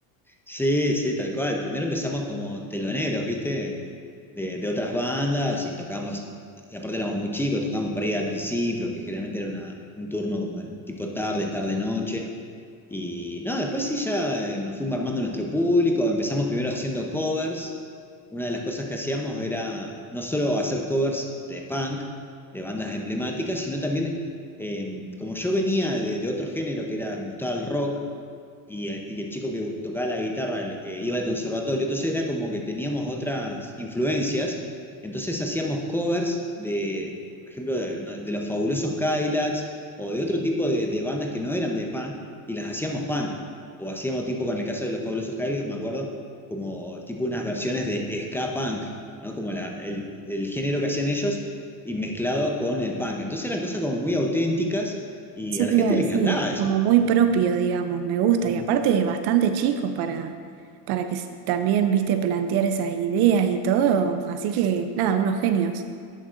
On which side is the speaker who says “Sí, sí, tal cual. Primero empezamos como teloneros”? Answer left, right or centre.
Centre